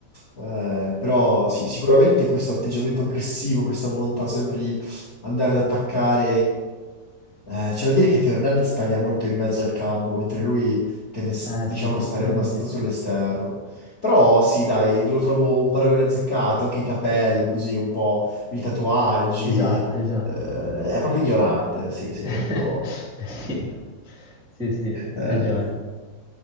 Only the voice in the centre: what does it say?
Eh
sì, questo
sì.
Esatto, esatto.
<laughs>
Sì, sì, sì, hai
ragione.